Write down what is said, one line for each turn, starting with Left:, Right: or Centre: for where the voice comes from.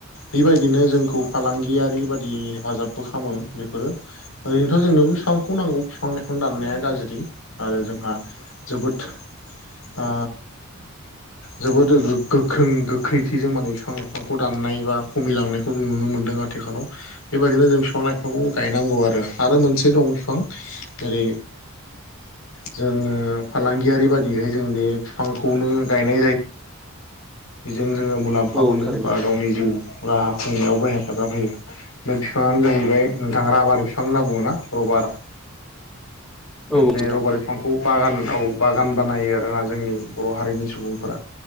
Left: बेबायदिनो जोंखौ फालांगियारि बादि हेफाजाबबो खालामो बेफोरो ओरैनोथ जोंनोबो बिफांखौ नांगौ बिफांनो <unintelligible> दाननाया गाज्रि आरो जोंहा जोबोद ओ जोबोद गोख्रों गोख्रैथि जों माने बिफां लाइफांखौ दाननाय बा खमिलांनायखौ जों नुनो मोन्दों आरो आथिखालाव बेबायदिनो जों बिफां लाइफांखौ गायनांगौ आरो आरो मोनसे दं बिफां जेरै
Centre: <unintelligible>
Left: जोङो फालांगियारि बायदिहाय जों बे बिफांखौनो गायना बेजों जोङो मुलाम्फा
Centre: औ
Left: मोनो
Centre: औ थारैनो
Left: बा
Centre: नोंथां
Left: गावनि जिउ राहा खुंनायावबो हेफाजाब होयो। बे बिफाङानो जाहैबाय नोंथां राभार बिफां होनना बुङो ना रबार
Centre: औ
Left: बे
Centre: नोंथां
Left: रबारि बिफांखौ बागान औ बागान बानायो आरोना जोंनि बर' हारिनि सुबुंफोरा